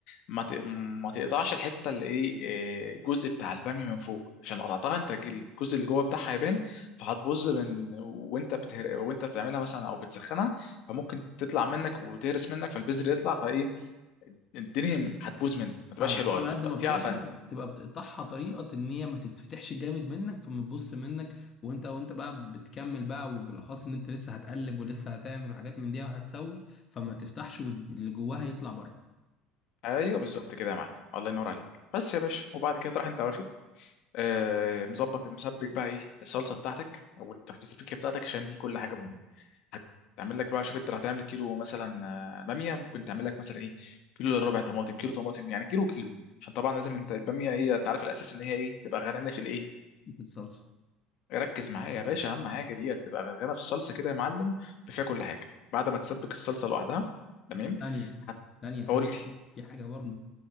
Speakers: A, on the left; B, on the left.
A: ما ت- ما تقطعش الحته اللي ايه إيه، الجزء بتاع الباميه من فوق عشان لو قطعتها انت الجزء اللي جوه بتاعها يبان فهتبوظ من وانت بتهر... وانت بتعملها مثلا او بتسخنها فممكن تطلع منك وتهرس منك فالبذر يطلع فايه الدنيا هتبوظ منك ما تبقاش
B: فاهم
A: حلوه
B: على
A: قوي فالتقطيع
B: قد ما بتقدر
A: فن
B: تبقى بتقطعها طريقه ان هي ما تتفتحش جامد منك فما تبص منك وانت وانت بقى بتكمل بقى وبالاخص ان انت لسه هتقلب ولسه هتعمل حاجات من دي وهتسوي فما تفتحش واللي جواها يطلع بره
A: ايوه بالظبط كده يا معلم الله ينور عليك بس يا باشا وبعد كده تروح انت واخد آه مظبط مسبك بقى ايه الصلصه بتاعتك او التسبيكه بتاعتك عشان دي كل حاجه مهمه هتعمل لك بقى شوف انت اللي هتعمل كيلو مثلا آه، باميه ممكن تعمل لك مثلا ايه كيلو الا ربع طماطم كيلو طماطم يعني كيلو كيلو عشان طبعا لازم انت الباميه ايه انت عارف الاساس ان هي ايه تبقى غرقانه في الايه
B: في الصلصه
A: ركز معايا يا باشا اهم حاجه دي هتبقى غرقانه في الصلصه كده يا معلم بفيها كل حاجه بعد ما تسبك الصلصه لوحدها
B: بس
A: تمام
B: ثانيه
A: هتقول
B: ثانيه ثانيه
A: لي
B: ثانية. في حاجه برضه